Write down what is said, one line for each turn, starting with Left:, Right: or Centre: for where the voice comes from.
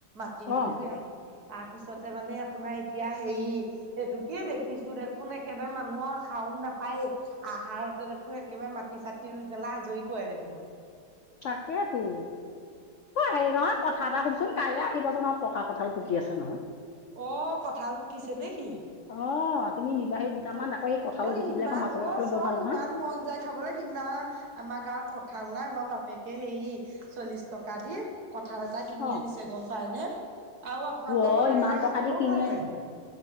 Right: ৰুই-ৰুই
Left: অ
Right: আহে, তাৰপিছতে মানে আপোনাৰ এতিয়া হেৰি। সেইটো কি দেখিছোঁ, দেখোন একেবাৰে মানুহৰ শাওন নাপায়েই। আহাৰতে দেখোন একেবাৰে মাটি-চাটি ৰুই পেলাই আাজৰি কৰে দেখোন।
Left: তাকে টো। অ', হেৰি নহয় কথা এটা শুনচোন কাইলৈ আহিবাচোন পকা কঁঠাল পকি আছে নহয়।
Right: অ', কঁঠাল পকিছে নে কি?
Left: অ',। তুমি নিবাহি দুটামান
Right: অ',
Left: আকৌ এই কঁঠালৰ
Right: -অ',
Left: গুটিবিলাকৰ
Right: ইমান
Left: মাছৰ লগত
Right: অ',
Left: খালে
Right: চোক
Left: বৰ ভাল নহয়
Right: ইমান মন যায় খাবলৈ। কিনা, আমাৰ গাঁৱত কঠাল নাই আমাৰ বাপেকে হেৰি চল্লিশ টকা দি কঁঠাল এ এটা কিনি
Left: অ
Right: আনিছে গম পাই নে। আৰু আপোনালোকৰ
Left: অ
Right: কঁঠাল
Left: ইমান
Right: কেইটা
Left: টকা
Right: খাবলৈও
Left: দি কিনি
Right: ভাল লাগে,